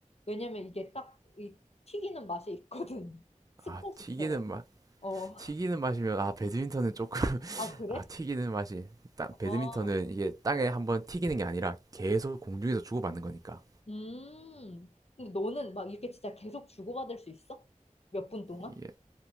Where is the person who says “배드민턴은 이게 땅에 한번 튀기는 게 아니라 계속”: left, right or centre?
Right